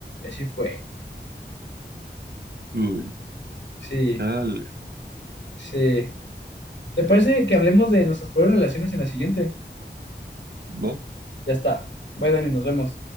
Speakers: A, on the left; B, on the right.
A: así fue.
B: Uy,
A: Sí,
B: chale.
A: sí. ¿Te parece que hablemos de nuestras peores relaciones en la siguiente?
B: Va.
A: Ya está. Bye, Dani, nos vemos.